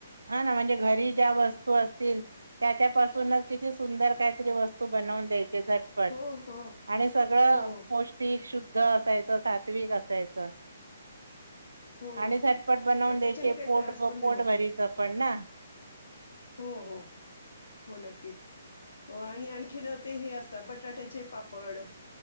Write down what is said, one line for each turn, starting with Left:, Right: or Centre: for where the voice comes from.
Right: हा ना म्हणजे घरी ज्या वस्तू असतील त्याच्यापासूनच किती सुंदर काहीतरी वस्तू बनवून द्यायचे पट
Left: हो हो
Right: आणि सगळं
Left: हो
Right: पौष्टिक शुद्ध असायचं सात्विक असायचं.
Left: हो
Right: आणि झटपट बनवून
Left: आणि
Right: द्यायचे
Left: त्याच्याने काही
Right: पोट
Left: त्रास पण नाही
Right: पोट
Left: होत
Right: भरीच पण ना.
Left: हो हो. हो नक्कीच हो आणि आणखीन ते हे असत बटाट्याचे पापड.